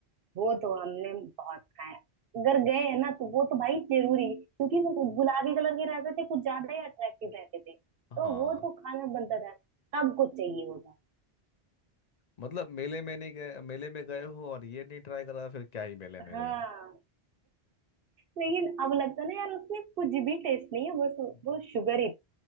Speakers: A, on the right; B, on the left.
A: वो तो हमने बहुत खाए अगर गए हैं ना तो वो तो भाई जरूरी क्योंकि वो गुलाबी कलर के रहते थे कुछ ज्यादा ही अट्रैक्टिव रहते थे तो
B: हाँ
A: वो तो खाना बनता था सबको चाहिए होता
B: मतलब मेले में नहीं गए मेले में गए हो और ये नहीं ट्राई करा फिर क्या ही मेले में
A: हाँ
B: गए हो
A: लेकिन अब लगता है ना यार उसमें कुछ भी टेस्ट नहीं है बस
B: हम्म,
A: वो शुगर ही